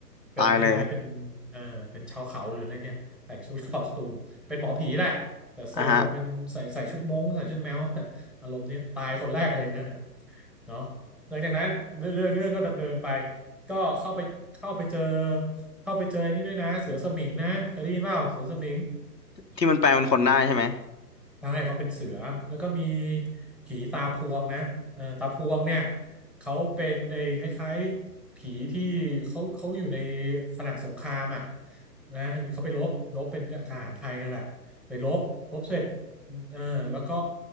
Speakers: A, in the centre; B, on the left.
A: เป็นคล้ายๆเป็นเออเป็นชาวเขาหรืออะไรเนี่ยแต่งชุดคอสตูมเป็นหมอผีแหละแต่ทรงแบบเป็นใส่ใส่ชุดม้งใส่ชุดแมว
B: ตายเลยอ่ะฮะ
A: <laughs> อารมณ์เนี้ยตายคนแรกเลยนั่นน่ะเนาะหลังจากนั้นเรื่องเรื่องเรื่องก็ดำเนินไปก็เข้าไปเข้าไปเจอเข้าไปเจอไอ้นี่ด้วยนะเสือสมิงนะเคยได้ยินเปล่าเสือสมิง
B: ที่มันแปลเป็นคนได้ใช่ไหม
A: ใช่เขาเป็นเสือแล้วก็มีผีตาพวงนะเออตาพวงเนี่ยเขาเป็นไอ้คล้ายๆผีที่เขาเขาอยู่ในขณะสงครามอ่ะนะเขาไปรบรบเป็นทหารไทยนั่นแหละไปรบรบเสร็จเออแล้วก็